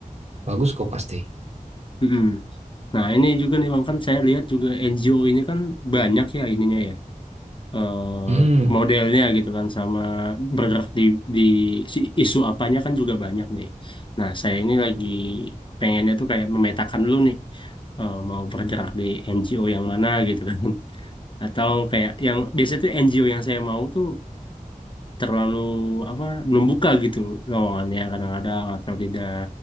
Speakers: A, on the right; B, on the left.
A: bagus kok pasti.
B: Mm-mm. Nah, ini juga nih Bang kan saya lihat juga NGO ini kan banyak ya ininya ya eh,
A: Hmm,
B: modelnya gitu kan sama bergerak di di si isu apanya kan juga banyak nih. Nah, saya ini lagi pengennya tuh kayak memetakan dulu nih eh, mau bergerak di NGO yang mana gitu kan. <laughs> Atau kayak yang biasanya tuh NGO yang saya mau tuh terlalu apa belum buka gitu lowongannya kadang-kadang atau tidak